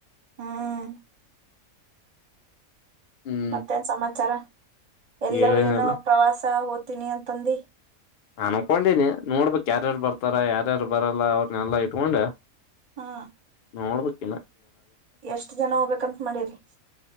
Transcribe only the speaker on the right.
ಹ್ಮ್
ಮತ್ತೇನ್ ಸಮಾಚಾರ ಎಲ್ಲೋ
ಏನೋ ಪ್ರವಾಸ ಹ ತಿನಿ ಅಂತಂದೆ.
ಹಾ.
ಎಷ್ಟ್ ಜನ ಹೋಗ್ಬೇಕಂತ ಮಾಡಿರಿ.